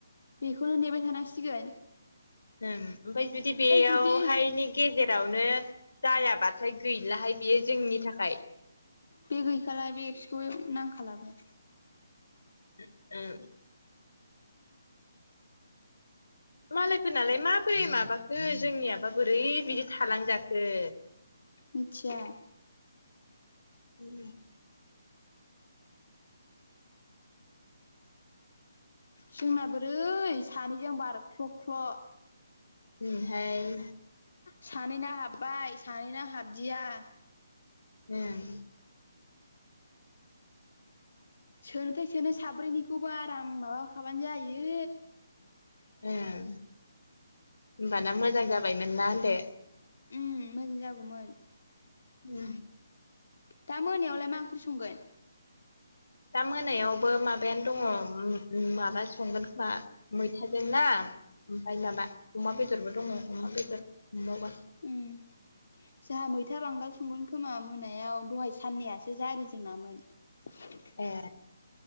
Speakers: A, on the left; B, on the left.
A: बेखौनो नेबाय थानांसिगोन‌।
B: ओं ओमफ्राय जुदि बेयावहाय
A: जुदि
B: गेजेरावनो जायाबाथाय गैलाहाय बियो जोंनि थाखाय।
A: बे गैखाला बे एबसखौ नांखालाबो।
B: <unintelligible> मालायफोरनाालाय माबोरै माबाखो जोंनियाबा बोरै बिदि थालांजाखो।
A: मिथिया।
B: <inaudible>
A: जोंना बोरै सानैजों आ बारख्ल' ख्ल'
B: ओम हाय।
A: सानै ना हाब्बाय सानै ना हाबदिया।
B: ओम।
A: सोनोथाय सोनो साब्रैनिखौबो आराम माबाखाबानो जायो।
B: ओ होनबाना मोजां जाबायमोन ना होनदो।
A: ओम मोजां जागौमोन।
B: <unintelligible>
A: दा मोनायावलाय मा ओंख्रि संगोन?
B: दा मोनायावबो माबायानो दङ माबा संगोन खोमा मैथाजों ना ओमफ्राय माबा अमा बेदरबो दङ अमा बेदर मोनबावगोन।
A: <inaudible> जाहा मैथा बांगाल संगोन खोमा मोनायाव दहाय साननैआसो जारि जोंनामोन। <unintelligible>
B: ए